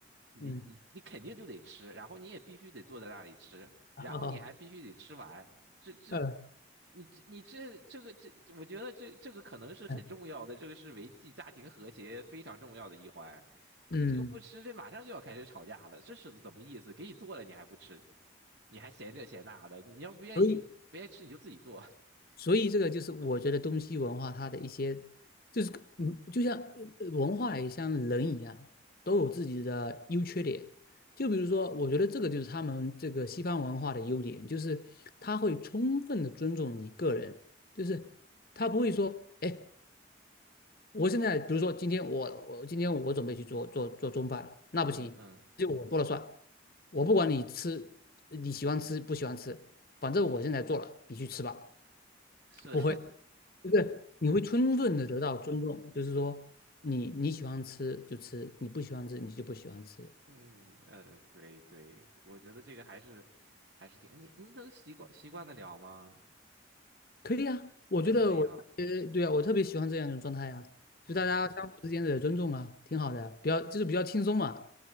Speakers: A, on the right (about 65°); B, on the left (about 50°).
A: 你你你肯定就得吃，
B: 嗯，
A: 然后你也必须得坐在那里吃，
B: 好好，
A: 然后你还必须得吃完。这这
B: 嗯
A: 你这你这这个这，我觉得这这个可能是很重要的，
B: 嗯
A: 这个是维系家庭和谐非常重要的一环。
B: 嗯，
A: 你这个不吃，这马上就要开始吵架了，这是怎么意思？给你做了你还不吃，你还嫌这嫌那的，你要不愿意，
B: 所以
A: 你不愿意吃你就自己做。
B: 所以这个就是我觉得东西文化它的一些，就是嗯，就像呃文化也像人一样，都有自己的优缺点。就比如说，我觉得这个就是他们这个西方文化的优点，就是他会充分的尊重你个人，就是他不会说，哎，我现在比如说今天我我今天我准备去做做做中饭，那不行，
A: 嗯嗯，
B: 就我说了算，我不管你吃，你喜欢吃不喜欢吃，反正我现在做了，你去吃吧，
A: 是，
B: 不会，就是你会充分的得到尊重，就是说你你喜欢吃就吃，你不喜欢吃你就不喜欢吃，
A: <laughs> 嗯嗯，对对，我觉得这个还是还是挺你你能习惯习惯得了吗？
B: 可以啊，我觉得我特别对啊，
A: 还可以啊。
B: 我特别喜欢这样一种状态啊，
A: 哦，
B: 就大家相互之间的尊重啊，挺好的，比较就是比较轻松嘛，